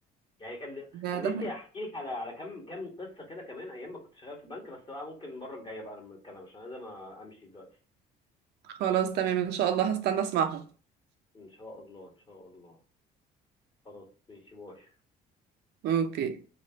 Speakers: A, on the left; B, on the right.
A: يعني كان
B: ده
A: كان نفسي
B: ده
A: احكي لك على على كم كم قصه كده كمان ايام ما كنت شغال في البنك بس بقى ممكن المره الجايه بقى لما نتكلم عشان لازم امشي دلوقتي
B: خلاص تمام ان شاء الله هستنى اسمعهم
A: ان شاء الله ان شاء الله خلاص ماشي باي
B: اوكي